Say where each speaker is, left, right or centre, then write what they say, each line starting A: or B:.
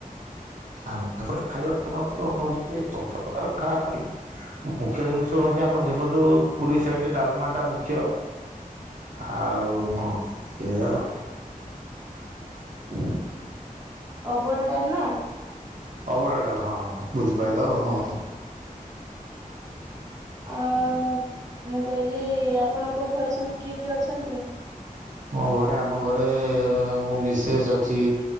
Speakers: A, on the right (about 60°); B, on the right (about 25°).
A: ଆମ ଏପଟେ ଖାଇବା ଫେମସ କଣ ହଉଛି ସବୁ ପ୍ରକାର ଖାଆନ୍ତି। ମୁଖ୍ୟ ଜିନିଷ ହଉଛି, ଆମର ଏ ପଟେ ଯୋଉ ପୁରୀ ସାଇଡ ରେ ଡାଲମା ଟା ମୁଖ୍ୟ। ଆଉ ଏଇଆ ଆଉ। <inaudible>
B: ଅଭଡ଼ା ଡାଲମା।
A: ଅଭଡ଼ା ଡାଲମା ହଁ ବୁଝିପାରିଲ ଆଉ ହଁ।
B: ଆଚ୍ଛା। ଆଉ ମୁଁ କହିଲି ଆପଣଙ୍କ ଘରେ ସବୁ କିଏ କିଏ ଅଛନ୍ତି?
A: ମୋ ଘରେ ଆମ ଘରେ ମୁଁ ମିସେସ୍ ଅଛି।